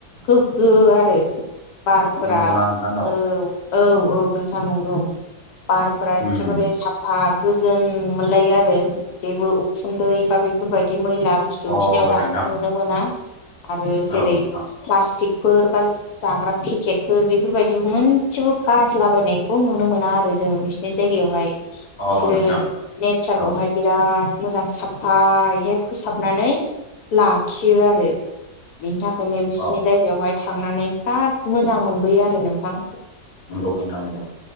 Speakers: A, on the left; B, on the left.
A: गोग्गो आरो बारफोरा
B: नंगौना नोंथां
A: औ औ औ नोंथां नंगौ बारफोरा
B: उम
A: एखेबारे साफा गोजोन मोनलायो आरो जेबो उखुन्दै बा बेफोरबायदि मैला बुस्थु
B: अ
A: बिसिनियाव दा
B: नोंथां
A: नुनो मोना आरो जेरै
B: औ नोंथां
A: प्लास्टिक फोर बा जाग्रा पेकेटफोर बेफोरबायदिबो मोनसेबो गारलाबायनायखौ नुनो मोना आरो जों बिसिनि जायगायावहाय
B: औ
A: बिसोरो नेचारखौहाय
B: अ
A: बिराद मोजां साफायैहाय फोसाबनानै लाखियो आरो। बिनि थाखायनो बिसिनि
B: अ
A: जायगायावहाय थांनानै बिराद मोजां मोनबोयो आरो नोंथां।
B: नोंगौ नोंथां नोंगौ